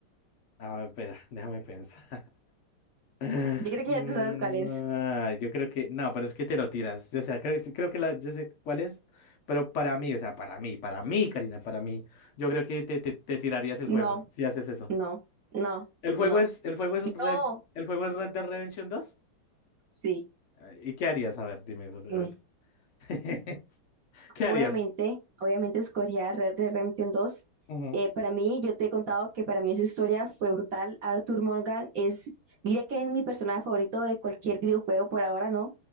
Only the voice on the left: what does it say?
Ah, espera, déjame pensar. <laughs>
Mm,
ah, yo creo que no, pero es que te lo tiras. Yo, o sea, creo, creo que la, yo sé cuál es, pero para mí, o sea, para mí, para mí, Karina, para mí, yo creo que te, te, te tirarías el
juego si haces eso.
El juego
es, el juego es Red,
el juego es Red Dead Redemption dos
Ah, ¿Y qué harías? A ver, dime. pues,
<laughs> ¿Qué
harías?
Ujú.